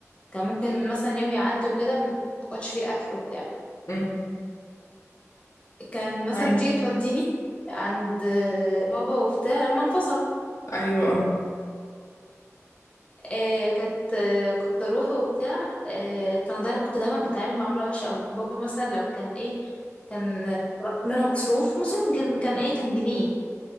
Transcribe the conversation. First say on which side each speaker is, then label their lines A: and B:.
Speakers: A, on the left; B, on the left.
A: كان ممكن مثلا يوم يعدي وكده ما كنتش فيه أكل وبتاع
B: مم.
A: كان مثلا
B: معاكي
A: تيجي توديني عند بابا وبتاع لما انفصلوا
B: ايوه اه
A: آه كانت آه كنت اروح وبتاع آه كانوا دايما كنت دايما بتعامل معامله وحشه قوي بابا مثلا لو كان ايه كان آه، طلبت منه مصروف مصروف كان كان ايه كان جنيه